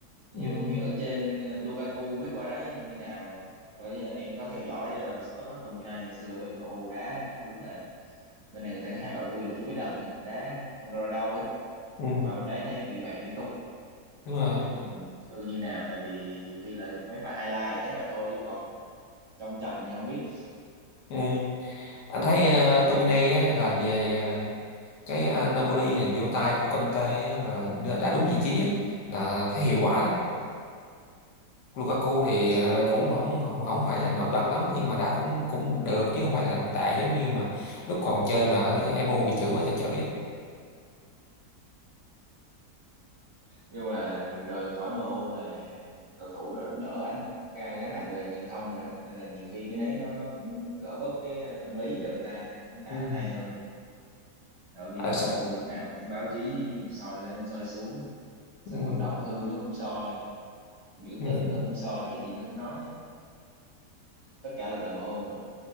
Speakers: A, on the right; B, on the left.
A: ví
B: ừ.
A: dụ như ở trên ờ, Lukaku biết qua đấy như nào rồi rồi em có theo dõi ờ, Scott McTominay hồi xưa ở bên MU đá đúng là bên này người ta có hay gọi vui là chú bé đần đá không đâu ra đâu hết
B: Ừ.
A: mà qua bên đấy thấy ghi bàn liên tục
B: đúng rồi
A: không biết ừ, thực hư như nào tại vì nhiều khi là mấy pha highlight thấy vậy thôi chứ còn trong trận thì không biết
B: ừ. anh thấy uh, Tomine á, là về à, cái à, Napoli là vỗ tay của Conte á, là đã đã đúng vị trí á, là thấy
A: ừ
B: hiệu quả đó Lukaku thì
A: hồi xưa
B: à, cũng
A: ừ,
B: không không không phải là nổi bật lắm nhưng mà đá cũng cũng được chứ không phải là tệ giống như mà lúc còn chơi mà ở MU bị chửi quá trời chửi á
A: dù là rời khỏi MU là cầu thủ rồi đỡ ánh ca- gánh nặng về truyền thông rồi đó nên là nhiều khi
B: Ừ.
A: cái đấy nó nó cũng gỡ bớt cái ờ, tâm lý cho người ta đá
B: Ừ.
A: hay hơn ở vì
B: Ờ,
A: ở
B: sao-
A: MU lúc nào cũng báo chí soi lên soi xuống sân
B: ừ.
A: vận động hư nó cũng soi biểu
B: <laughs>
A: tình nó cũng soi cái gì nó cũng nói tất cả là tại MU mà